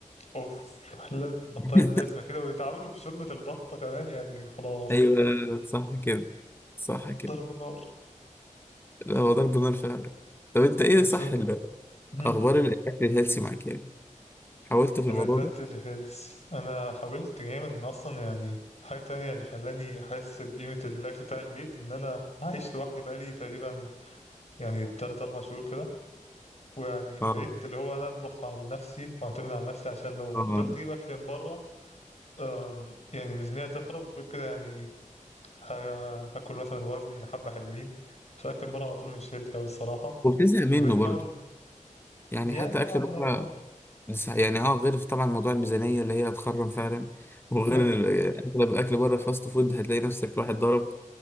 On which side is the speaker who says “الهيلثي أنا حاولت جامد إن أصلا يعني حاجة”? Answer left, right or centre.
Left